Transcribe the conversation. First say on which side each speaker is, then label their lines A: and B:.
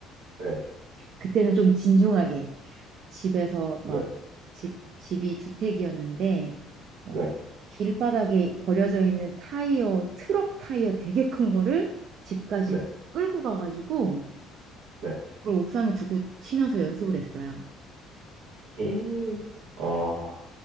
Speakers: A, on the right (about 80°); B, on the right (about 60°).
A: 네.
B: 그때는 좀 진중하게 집에서
A: 네.
B: 막 집, 집이 주택이었는데 어,
A: 네.
B: 길바닥에 버려져 있는 타이어, 트럭 타이어 되게 큰 거를 집까지
A: 네.
B: 끌고 가가지고
A: 네.
B: 그걸 옥상에 두고 치면서 연습을 했어요.
A: 예. 아,